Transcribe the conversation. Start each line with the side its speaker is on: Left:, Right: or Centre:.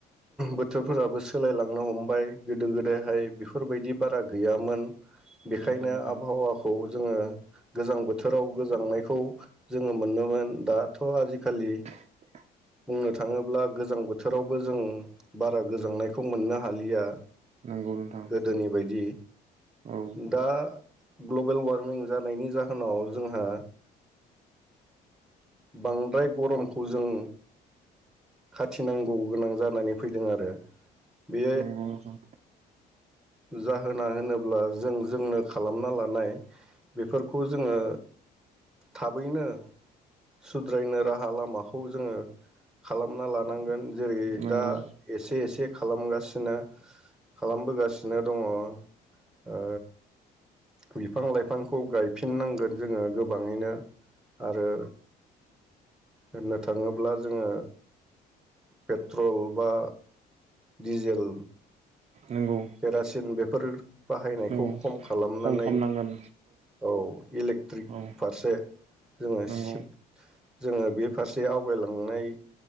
Centre: बोथोरफोराबो सोलायलांनो हमबाय गोदो गोदायहाय बेफोरबायदि बारा गैयामोन। बेखायनो
Right: नंगौ नोंथां
Centre: आबहावाखौ जोङो गोजां बोथोराव गोजांनायखौ जोङो मोनोमोन। दाथ' आजिखालि
Right: <inaudible>
Centre: बुंनो थांङोब्ला गोजां बोथोरावबो जों बारा गोजांनायखौ मोननो हालिया।
Right: नंगौ नोंथां
Centre: गोदोनि बायदि
Right: औ
Centre: दा ग्लबेल वारमिं जानायनि जाहोनाव जोंहा बांद्राय गरमखौ जों खाथि गिनांगौ गोनां जानानै फै फैदों आरो। बे
Right: नंगौ नोंथां
Centre: जाहोना होनोब्ला जों नो खालामना लानाय बेफोरखौ जोंङो थाबैनो सुद्रायनो राहा लामा खौ जोंङो खालामना लानांगोन। जेरै
Right: नंगौ
Centre: दा एसे एसे खालामगासिनो खालामबोगासिनो दंङ'। ओ बिफां लाइफां खौ गायफिननांगोन जोंङो गोबांयैनो आरो होननो थांङोब्ला जोंङो पेट्रल बा डिजेल
Right: नंगौ
Centre: केरासिन बेफोर बाहायनायखौ
Right: औ
Centre: खम खालामनानै
Right: खम खम नांगोन
Centre: औ इलेक्ट्रिक
Right: औ
Centre: फारसे जोंङो
Right: नंगौ
Centre: सिफ जोंङो बे फारसे आवगायलांनाय